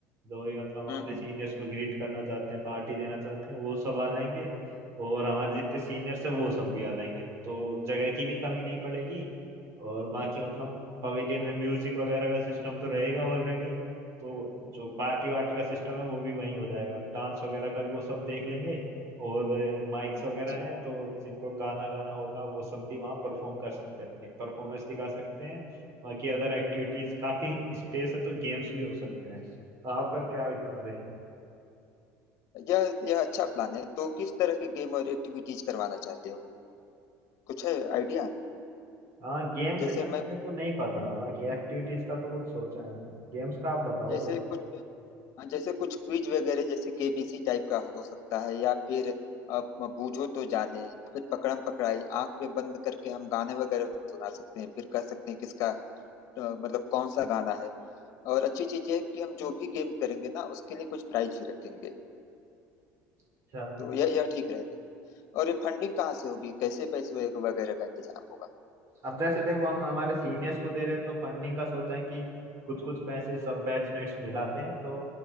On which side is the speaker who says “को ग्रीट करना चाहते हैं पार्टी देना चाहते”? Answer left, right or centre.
Right